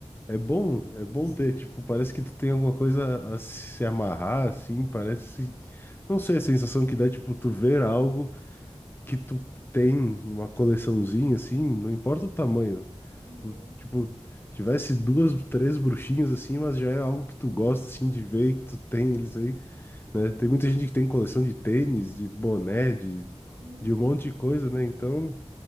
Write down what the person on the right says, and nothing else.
sim,
uhum,
uhum,